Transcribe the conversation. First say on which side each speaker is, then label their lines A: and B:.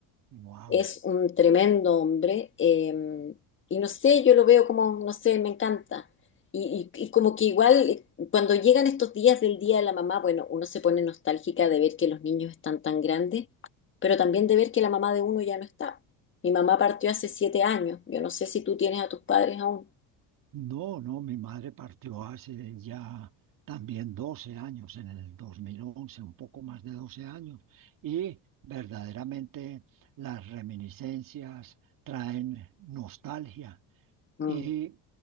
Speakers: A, on the right (about 50°); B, on the left (about 30°).
A: Wow.
B: es un tremendo hombre, eh, y no sé, yo lo veo como, no sé, me encanta. Y, y- y como que igual, eh, cuando llegan estos días del Día de la Mamá, bueno, uno se pone nostálgica de ver que los niños están tan grandes, pero también de ver que la mamá de uno ya no está. Mi mamá partió hace siete años, yo no sé si tú tienes a tus padres aún.
A: No, no, mi madre partió hace ya también 12 años, en el 2011, un poco más de 12 años, y verdaderamente las reminiscencias traen nostalgia
B: Mm.
A: Y,